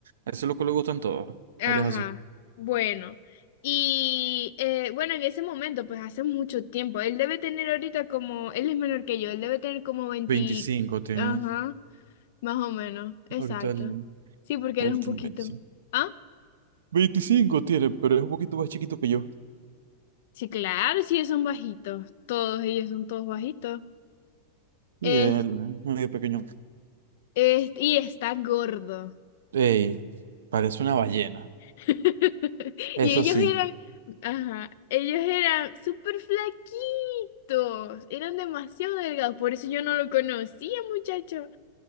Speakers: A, on the right; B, on the left.
A: es lo que le gustan todos.
B: Ajá,
A: Él es así.
B: bueno. Y eh, bueno, en ese momento, pues hace mucho tiempo, él debe tener ahorita como, él es menor que yo, él debe tener como 20,
A: veinticinco tiene.
B: ajá, más o menos, exacto.
A: Ahorita él,
B: Sí, porque
A: él
B: él es un
A: tiene
B: poquito.
A: veinticinco
B: ¿Ah?
A: veinticinco tiene, pero es un poquito más chiquito que yo.
B: Sí, claro, sí, ellos son bajitos, todos ellos son todos bajitos.
A: Y
B: Es,
A: él, ¿eh? medio pequeño.
B: es, y está gordo.
A: Ey, parece una ballena.
B: <laughs>
A: Eso
B: Y ellos
A: sí,
B: eran, ajá, ellos eran súper flaquitos, eran demasiado delgados, por eso yo no lo conocía, muchacho.